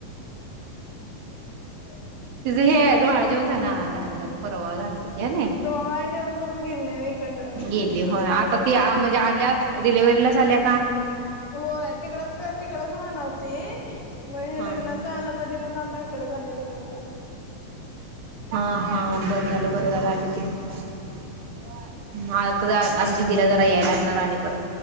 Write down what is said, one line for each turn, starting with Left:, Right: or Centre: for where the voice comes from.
Left: <inaudible>
Right: तिचं हे डोहाळ जेवन झाला, हा
Left: दीपाली
Right: झालं, झालं परवा झालत किनाय.
Left: डोहाळे जेवण करून गेली नाही व्हय इकडनं
Right: गेली
Left: मग
Right: हो आता
Left: आणि परत
Right: ती, आ
Left: आल्या
Right: म्हणजे आल्याच डिलेवरीलाच आल्यात.
Left: होय तिकडच क तिकडच राहणार होती. म हे
Right: हा
Left: लग्नाच आलं मधी म्हणून, आता हीकडंच आलंय डिलिवरीला
Right: हा हा बरं झालं, बरं झालं, आले ते. <unintelligible> तिला जरा याय लागणार, आणि परत.